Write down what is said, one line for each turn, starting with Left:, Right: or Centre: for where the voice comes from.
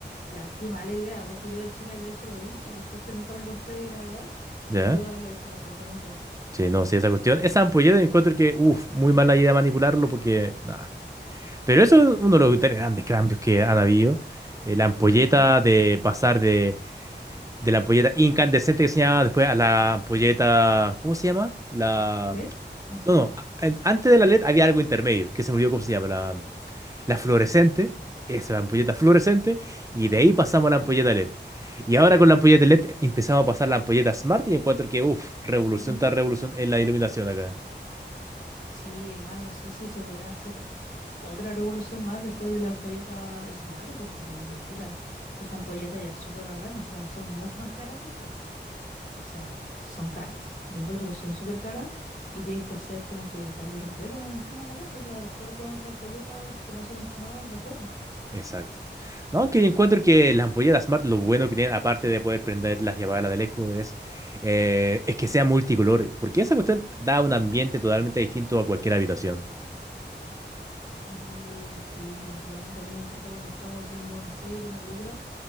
Left: Ya, qué mala idea, porque yo de chica yo eso lo vi y por suerte nunca me corté de gravedad,
Right: ¿Ya?
Left: pero pude haberlo hecho perfectamente.
Right: Sí, no, sí, esa cuestión. Esa ampolleta encuentro que, uff, muy mala idea manipularlo porque, no, Pero eso es uno de los tres grandes cambios que han habido. Eh, la ampolleta
Left: Ujú.
Right: de pasar de, de la ampolleta incandescente que se llamaba después a la ampolleta. ¿Cómo se llama? La.
Left: LED, no sé.
Right: No, no. a- en- antes de la LED había algo intermedio que se me olvidó cómo se llama. La, la fluorescente. Esa, la ampolleta fluorescente. Y de ahí pasamos
Left: Ya.
Right: a la ampolleta LED. Y ahora con la ampolleta LED empezamos a pasar la ampolleta Smart y encuentro que, uff, revolución
Left: Ujú.
Right: tras revolución en la iluminación acá.
Left: Sí, además no sé si se podrá hacer otra revolución más después de la ampolleta Smart, porque yo digo, chuta, esta ampolleta ya es súper bacán, o sea, son mucho más caras, eso sí. O sea, son caras. Yo encuentro que son súper caras y tienes que hacer como que el cambio completo más encima de la casa. O sea, toda, toda otra ampolletas que no son Smart ya fueron.
Right: Exacto. No, que yo encuentro que las ampolletas Smart, lo bueno que tienen, aparte de poder prenderlas y apagarlas de lejos, es, eh, es que sea multicolor, porque esa cuestión da un ambiente totalmente distinto a cualquier habitación.
Left: Sí, sí, completamente. A mí me encanta cuando estamos viendo una serie, una película,